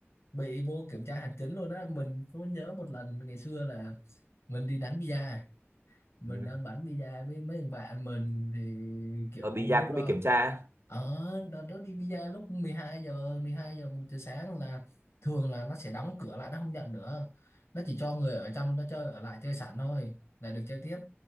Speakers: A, on the left (about 75°); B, on the right (about 65°).
A: bị vô kiểm tra hành chính luôn á mình có nhớ một lần ngày xưa là mình đi đánh bida mình
B: Ừ.
A: đang bắn bida với mấy thằng bạn mình thì kiểu
B: rồi bì da
A: lúc
B: cũng
A: đó
B: bị kiểm tra
A: ở đợt đó đi bida lúc mười hai giờ 12 giờ một giờ sáng là thường là nó sẽ đóng cửa lại nó không nhận nữa nó chỉ cho người ở trong nó chơi ở lại chơi sẵn thôi là được chơi tiếp